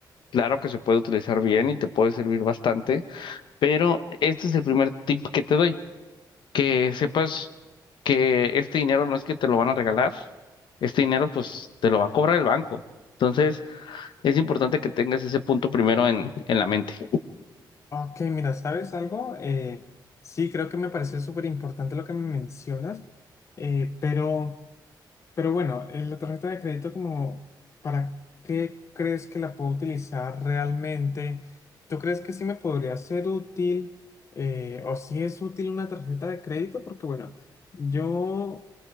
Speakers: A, on the left (about 80°); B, on the left (about 40°).
A: Claro que se puede utilizar bien y te puede servir bastante, pero este es el primer tip que te doy, que sepas que este dinero no es que te lo van a regalar, este dinero pues te lo va a cobrar el banco. Entonces, es importante que tengas ese punto primero en, en la mente.
B: Ok, mira, ¿sabes algo? Eh, sí, creo que me pareció súper importante lo que me mencionas, eh, pero, pero bueno, eh, la tarjeta de crédito como, ¿para qué crees que la puedo utilizar realmente? ¿Tú crees que sí me podría ser útil eh, o si es útil una tarjeta de crédito? Porque bueno, yo